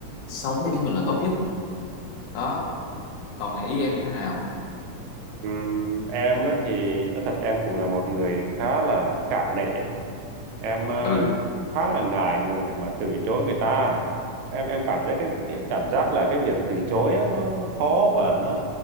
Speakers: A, on the left; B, on the right.
A: sống cho chính mình là tốt nhất đó còn ý em như thế nào
B: Ừm, em á thì nói thật em cũng là một người khá là cả nể á. em ờ,
A: ừ
B: cũng khá là ngại ngùng để mà từ chối người ta em em cảm giác cái, cái cảm giác là cái việc từ chối á, nó nó khó và nó